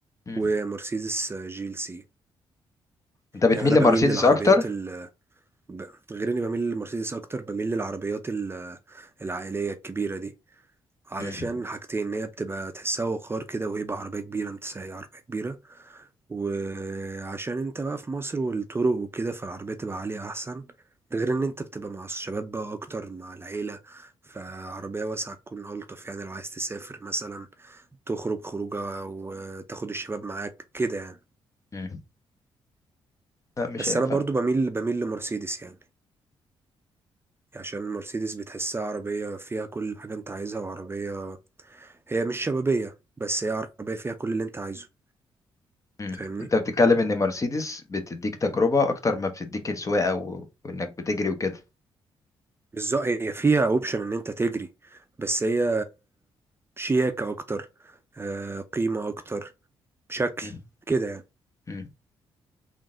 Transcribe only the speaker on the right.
ومرسيدس آه، جيل سي
يعني أنا
بميل للعربيات
ب- غير اني بميل للمرسيدس اكتر بميل للعربيات ال- العائليه الكبيره دي علشان
حاجتين ان هي بتبقى تحسها وقار كده وهيبة عربيه كبيره انت سايق عربيه كبيره وعشان انت بقى في مصر والطرق وكده فالعربية تبقى عالية احسن ده غير ان انت بتبقى مع الشباب بقى اكتر مع العيلة فعربية واسعة تكون الطف يعني لو عايز تسافر مثلا تخرج خروجة وتاخد الشباب معاك كده يعني
بس
انا برضو بميل بميل لمرسيدس يعني عشان المرسيدس بتحسها عربية فيها كل حاجة انت عايزها وعربية هي مش شبابية بس هي عربية فيها كل اللي انت عايزه
فاهمني
بالظبط هي فيها اوبشن ان انت تجري بس هي شياكة اكتر آه، قيمة اكتر شكل
كده يعني